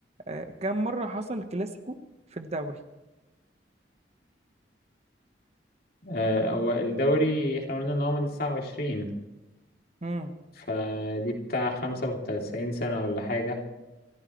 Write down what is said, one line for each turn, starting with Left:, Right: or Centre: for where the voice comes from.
Right: آه، كم مره حصل كلاسيكو في الدوري
Left: آه هو الدوري احنا قلنا ان هو من 29
Right: امم
Left: فدي بتاع خمسة وتسعين سنة ولا حاجة